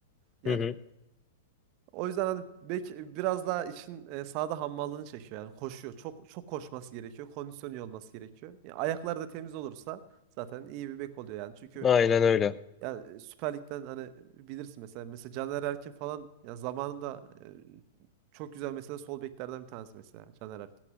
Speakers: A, on the right; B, on the left.
A: Yani
B: Hı hı.
A: o yüzden hani bek biraz daha işin e, sahada hammallığını çekiyor yani koşuyor. Çok çok koşması gerekiyor. Kondisyonu iyi olması gerekiyor. Ya ayakları da temiz olursa zaten iyi bir bek oluyor yani. Çünkü
B: Aynen öyle.
A: yani e, Süper Lig'den hani bilirsin mesela mesela Caner Erkin falan ya zamanında e, çok güzel mesela sol beklerden bir tanesi mesela Caner Erkin.